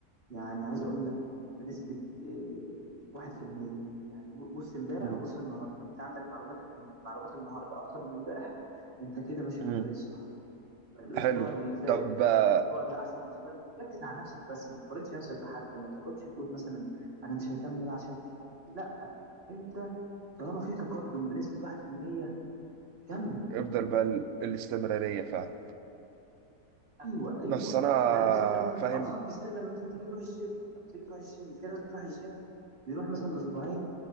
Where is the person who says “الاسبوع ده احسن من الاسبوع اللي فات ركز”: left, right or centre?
Right